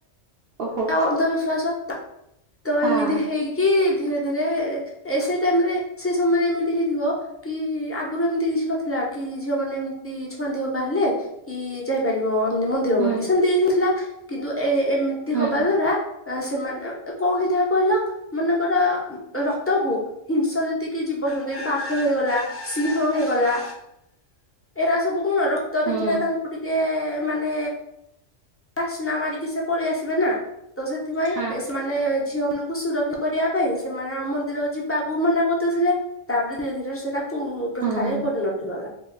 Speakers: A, on the right (about 60°); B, on the left (about 15°).
A: ଓହୋ
B: ଆ ଅନ୍ଧବିଶ୍ଵାସ ତ
A: ହଁ
B: ଏମିତି ହେଇ କି ଧୀରେ ଧୀରେ ଏ ସେଇ ଟାଇମରେ ସେ ସମୟରେ ଏମିତି ହେଇଥିବ କି ଆଗରୁ ଏମିତି କିଛି ନଥିଲା କି ଝିଅ ମାନେ ଏମିତି ଛୁଆଁ ଦିହକା ହେଲେ କି ଯାଇପାରିବ ମନ୍ଦିର
A: ହୁଁ
B: ବୋଲି ସେମିତି କିଛି ନଥିଲା କିନ୍ତୁ ଏ ଏମ୍ ଏମତି
A: ହୁଁ
B: ହବା ଦ୍ଵାରା ଅ ସେମାନେ କଣ ହେଇଥାଏ କହିଲ ମନେକର ରକ୍ତକୁ ହିଂସ ଯେତିକି ଜୀବ <unintelligible> ବାଘ ହେଇଗଲା ସିଂହ ହେଇଗଲା ଏରା ସବୁ କଣ ରକ୍ତ
A: ହୁଁ
B: ଦେଖିଲେ ତାଙ୍କୁ ଟିକ୍ ଟିଏ ମାନେ ବାସ୍ନା ବାରିକି ସିଏ ପଳେଇ ଆସିବେ ନା। ତ ସେଥିପାଇଁ
A: ହଁ
B: ସେମାନେ ଝିଅ ମାନଙ୍କୁ ସୁରକ୍ଷିତ୍ କରିବା ପାଇଁ ସେମାନେ ଆମ ମନ୍ଦିର ଯିବାକୁ ମନା କରିଦଉଥିଲେ ତାପରେ ଧୀରେ ଧୀରେ ସେ ତାକୁ ପ୍ରଥାରେ
A: ହଁ
B: ପରିଣତ ହେଇଗଲା